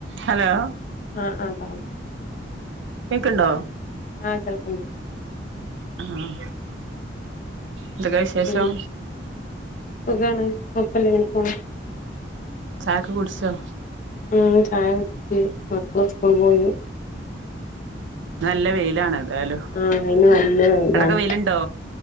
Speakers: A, on the right; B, on the left.
A: Hello
B: ആഹ് ആഹ് അഹ്
A: കേക്ക്ണ്ടോ
B: ആഹ് കേൾക്ക്‌ണ്ട്
A: ആഹ് അഹ് ന്തൊക്കാെ വിശേഷം
B: പിന്നെ സുഖാണ് കൊഴപ്പല്ല ഇങ്ങെനെ പോണ്
A: ചായാെക്കെ കുട്ച്ചോ
B: ഉം ചായ കുടിച്ച് മക്കള് സ്കൂള് പോയി
A: ഇന്ന് നല്ല വെയ്ലാണ് ഏതായാലും
B: ആന്ന് ഇന്ന് നല്ല വെയ്ലാണ്
A: അവിടൊക്കെ വെയിലുണ്ടോ